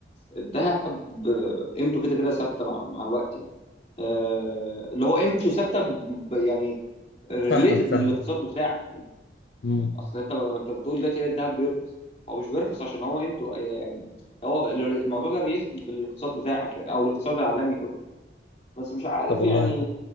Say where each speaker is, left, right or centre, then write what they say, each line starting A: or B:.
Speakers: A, on the left (about 35°); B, on the left (about 70°).
A: الذهب آه، قيمته كده كده ثابته مع مع الوقت يعني آه، اللي هو قيمته ثابته ب- يعني ريليتد
B: فاهمك فاهمك
A: للاقتصاد بتاعك
B: مم.
A: اصل انت انت بتقول دلوقتي الذهب بيرخص هو مش بيرخص عشان هو قيمته آه، يعني هو الموضوع ده ريليتد بالاقتصاد بتاعك يعني او الاقتصاد العالمي كله بس مش عارف
B: طب والله
A: يعني